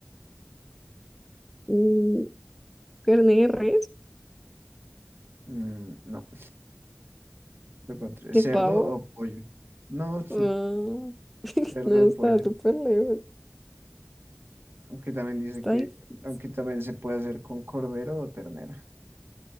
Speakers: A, in the centre; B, on the right (about 60°).
A: Mm, carne de res,
B: Mm, no, lo contrario.
A: de
B: ¿Cerdo
A: pavo.
B: o pollo? No, <laughs>
A: Ah, <laughs>
B: cerdo
A: no,
B: o
A: estaba
B: pollo.
A: súper lejos.
B: Aunque también dice
A: Está
B: que,
A: difícil.
B: aunque también se puede hacer con cordero o ternera.